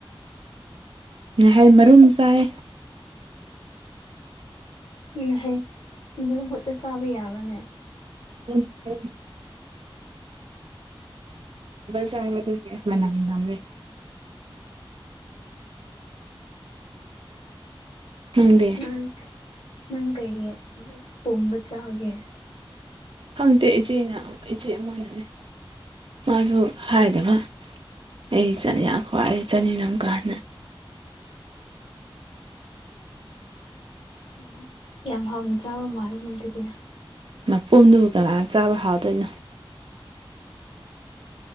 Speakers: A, on the right; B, on the left.
A: ꯉꯥꯍꯩ ꯃꯔꯨꯝ ꯆꯥꯏ
B: ꯎꯝ ꯍꯩ ꯑꯁ ꯃꯔꯨ ꯈꯛꯇ ꯆꯥꯕ ꯌꯥꯕꯔꯅꯦ
A: ꯎꯝ ꯎꯝ ꯆꯥꯔꯕ ꯃꯇꯨꯡꯒꯤ ꯑꯁ ꯃꯅꯝ ꯅꯝꯔꯦ ꯅꯪꯗꯤ
B: ꯑꯁ ꯅꯪ ꯅꯪ ꯀꯩꯒꯤ ꯄꯨꯝꯕ ꯆꯥꯒꯦ
A: ꯈꯪꯗꯦ ꯏꯆꯦꯅ ꯏꯆꯦ ꯑꯃꯥꯅꯅꯦ ꯃꯥꯁꯨ ꯍꯥꯏꯗꯕ ꯑꯩ ꯆꯠꯅꯤ ꯈ꯭ꯋꯥꯏ ꯆꯠꯅꯤꯡꯅꯀꯥꯟꯗ
B: ꯑꯣ ꯌꯥꯝ ꯍꯥꯎꯅ ꯆꯥꯕ ꯃꯥꯜꯂꯦꯅꯦ ꯑꯗꯨꯗꯤ
A: ꯃꯀꯨꯝꯗꯨꯕꯨ ꯀꯅꯥꯅ ꯆꯥꯕ ꯍꯥꯎꯗꯣꯏꯅꯣ